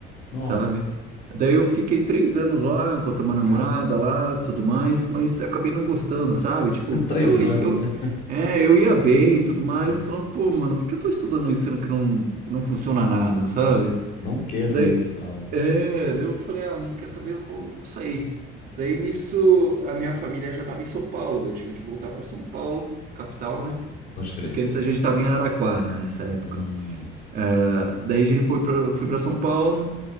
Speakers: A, on the left; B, on the right.
A: Não,
B: sabe? Daí eu fiquei três anos lá, encontrei uma namorada
A: caramba.
B: lá, tudo mais, mas acabei não gostando, sabe?
A: <laughs>
B: Tipo, tá-
A: Três
B: eu, eu,
A: anos, né?
B: é, eu ia bem e tudo mais,
A: Hum.
B: eu falando, pô, mano, por que eu tô estudando isso sendo que não, não funciona nada, sabe?
A: Não quero
B: Daí,
A: isso e tal.
B: é, daí eu falei, ah, não quer saber, eu vou sair. Daí nisso, a minha família já estava em São Paulo, daí eu tive que voltar para São Paulo, capital, né?
A: Pode crer.
B: Porque antes a gente estava em Araraquara nessa época.
A: Hum,
B: Ah, Daí a gente foi para fui para São Paulo,